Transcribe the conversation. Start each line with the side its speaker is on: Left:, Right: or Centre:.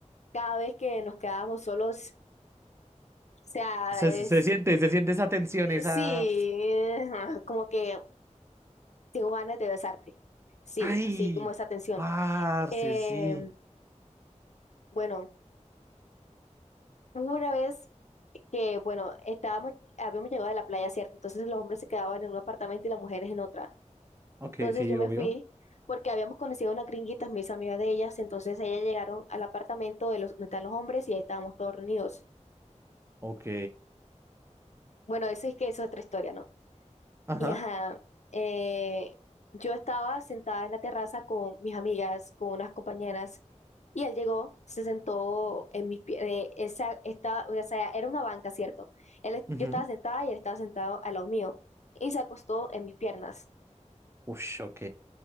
Left: cada vez que nos quedábamos solos, o sea,
Right: Se, se-
Left: es,
Right: se siente, se siente esa tensión, esa...
Left: sí, eh, ah, como que tengo ganas de besarte. Sí,
Right: Ay,
Left: así como esa tensión.
Right: parce,
Left: Eh,
Right: sí.
Left: bueno, hubo una vez que, bueno, estábamos, habíamos llegado de la playa, ¿cierto? Entonces los hombres se quedaban en un apartamento y las mujeres en otra.
Right: Ok,
Left: Entonces
Right: sí,
Left: yo me
Right: obvio.
Left: fui porque habíamos conocido a unas gringuitas, mis amigas de ellas, entonces ellas llegaron al apartamento de los, donde están los hombres y ahí estábamos todos reunidos.
Right: Ok.
Left: Bueno, eso es que eso es otra historia, ¿no?
Right: <laughs>
Left: Y ajá, eh, yo estaba sentada en la terraza con mis amigas, con unas compañeras, y él llegó, se sentó en mis piernas, esa, esta- o sea, era una banca, ¿cierto? Él, es-
Right: Ajá.
Left: yo estaba sentada y él estaba sentado al lado mío, y se acostó en mis piernas.
Right: Ush, ok.